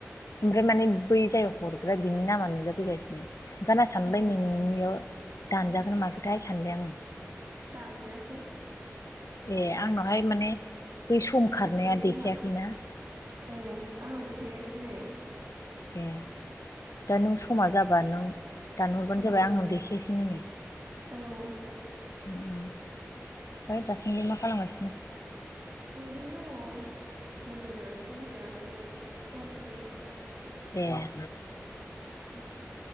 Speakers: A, on the left (about 80°); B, on the right (about 50°).
A: ओमफ्राय मानो बै जाय हरग्रा बिनि नामा नुजाफैगासिनो । ओंखायनो सानबाय
B: ए
A: नोंनियाव दानजागोन माखोथाय सानबाय आङो ।
B: दान जायाखै ।
A: ए आंनावहाय माने बै सम खारनाया
B: हरदों
A: देखायाखैना
B: खोमा
A: ।
B: ए आंनाव देखायगासिनो नै ।
A: ए दा नों समा जाबा नों दानहरबानो
B: औ
A: जाबाय आंनाव देखायासै बिनै <unintelligible>
B: औ ।
A: ओमफ्राय दाासान्दि मा खालामगासिनो?
B: ओरिनो दङ । नोगोरमायावसो दंफैया आमाइनाव टि नोगोरमायाव ।
A: ए <inaudible>
B: उम